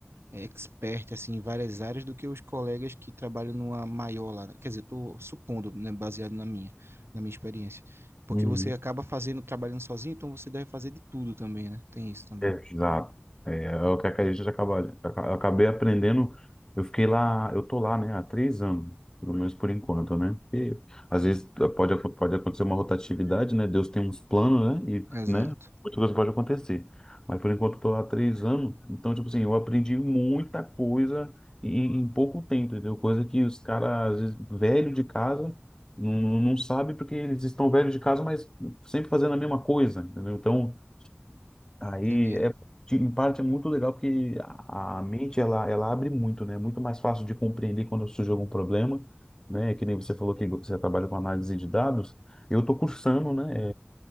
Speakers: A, on the right (about 75°); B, on the left (about 15°).
A: é, expert assim, em várias áreas do que os colegas que trabalham numa maior lá. né? Quer dizer, estou supondo, né, baseado na minha, na minha experiência. Porque
B: Uhum.
A: você acaba fazendo, trabalhando sozinho, então você deve fazer de tudo também, né? Tem isso também.
B: Exato. É, é o que a gente acaba, aca- acabei aprendendo. Eu fiquei lá, eu tô lá, né, há três anos, pelo menos por enquanto, né? Porque às vezes pode, acon- pode acontecer uma rotatividade, né? Deus tem uns planos, né? E,
A: Exato.
B: né, muita coisa pode acontecer. Mas por enquanto eu tô lá há três anos, então, tipo assim, eu aprendi muita coisa em, em pouco tempo, entendeu? Coisa que os caras, às vezes, velho de casa, não, não não sabe porque eles estão velhos de casa, mas sempre fazendo a mesma coisa, entendeu? Então. Aí
A: Entendi.
B: é, de- em parte é muito legal porque a, a mente ela, ela abre muito, né? É muito mais fácil de compreender quando surge algum problema, né? Que nem você falou que você trabalha com análise de dados. Eu estou cursando, né?